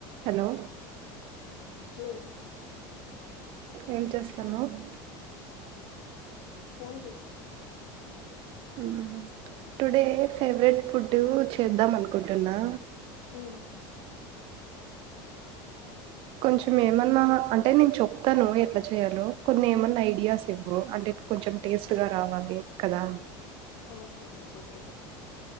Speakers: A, on the right; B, on the left.
A: హలో
B: హలో ఎవరు
A: ఏం చేస్తన్నావ్
B: ఫోన్ చూస్తున్న
A: ఉ హు టుడే ఫేవరెట్ ఫుడ్ చేద్దాం అనుకుంటున్నా
B: ఉ
A: కొంచెం ఏమన్నా అంటే నేను చెప్తాను ఎట్లా చేయాలో కొన్ని ఏమన్నా ఐడియాస్ ఇవ్వు అంటే కొంచం టేస్ట్ గా రావాలి కదా
B: ఓ సరే ఓకే